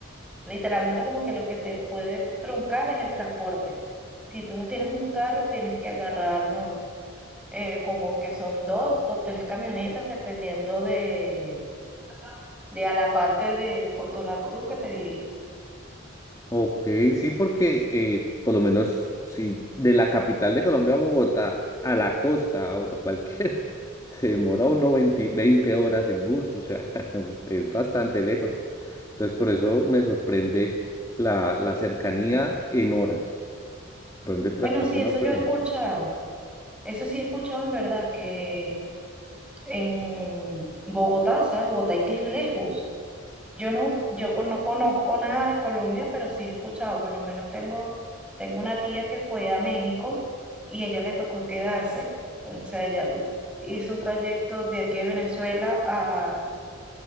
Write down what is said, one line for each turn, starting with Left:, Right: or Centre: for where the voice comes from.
Centre: literalmente como que lo que te puede truncar es el transporte. Si tú no tienes un carro, tienes que agarrar, ¿no? Eh, como que son dos o tres camionetas, dependiendo de, de a la parte de Puerto La Cruz que te diriges.
Left: Ok, sí, porque eh, por lo menos si de la capital de Colombia a Bogotá, a la costa o a cualquier, <laughs> se demora uno veinte veinte horas en bus, o sea, <laughs> es, es bastante lejos. Entonces por eso me sorprende la, la cercanía en horas. Sorprende el transporte,
Centre: Bueno, sí, eso
Left: no, pero
Centre: yo he
Left: en
Centre: escuchado.
Left: horas.
Centre: Eso sí he escuchado en verdad que en Bogotá, o sea, Bogotá y que es lejos. Yo no, yo con- no conozco nada de Colombia, pero sí he escuchado, por lo menos tengo, tengo una tía que fue a México y ella le tocó quedarse, o sea, ella hizo un trayecto de aquí de Venezuela a